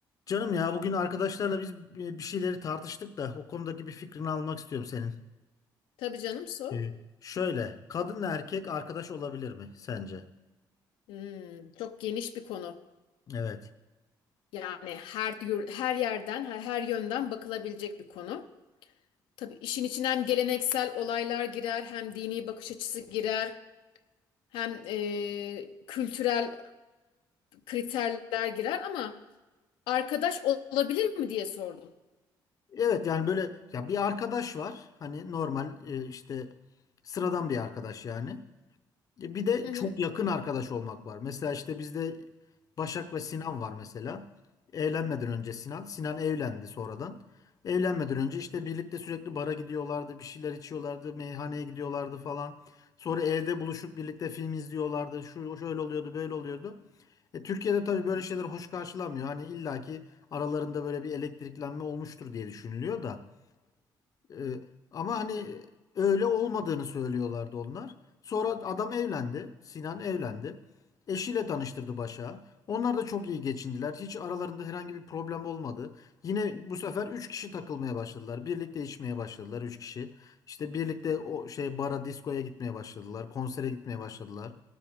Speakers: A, on the left (about 45°); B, on the left (about 85°).
A: Canım ya bugün arkadaşlarla biz bir şeyleri tartıştık da o konudaki bir fikrini almak istiyorum senin.
B: Tabii canım sor.
A: Ee, şöyle kadınla erkek arkadaş olabilir mi sence?
B: Hmm, çok geniş bir konu.
A: Evet.
B: Yani her yür- her yerden, her, her yönden bakılabilecek bir konu. Tabii işin içine hem geleneksel olaylar girer, hem dini bakış açısı girer, hem eee, kültürel kriterler girer ama arkadaş olabilir mi diye sordum.
A: Evet yani böyle ya bir arkadaş var hani normal e, işte sıradan bir arkadaş yani. E, Bir de
B: Hı hı.
A: çok yakın arkadaş olmak var. Mesela işte bizde Başak ve Sinan var mesela. Evlenmeden önce Sinan. Sinan evlendi sonradan. Evlenmeden önce işte birlikte sürekli bara gidiyorlardı, bir şeyler içiyorlardı, meyhaneye gidiyorlardı falan. Sonra evde buluşup birlikte film izliyorlardı. Şu şöyle oluyordu, böyle oluyordu. E, Türkiye'de tabii böyle şeyler hoş karşılanmıyor. Hani illaki aralarında böyle bir elektriklenme olmuştur diye düşünülüyor da. Ee, ama hani öyle olmadığını söylüyorlardı onlar. Sonra adam evlendi. Sinan evlendi. Eşiyle tanıştırdı Başak'ı. Onlar da çok iyi geçindiler. Hiç aralarında herhangi bir problem olmadı. Yine bu sefer 3 kişi takılmaya başladılar. Birlikte içmeye başladılar 3 kişi. İşte birlikte o şey bara, diskoya gitmeye başladılar. Konsere gitmeye başladılar.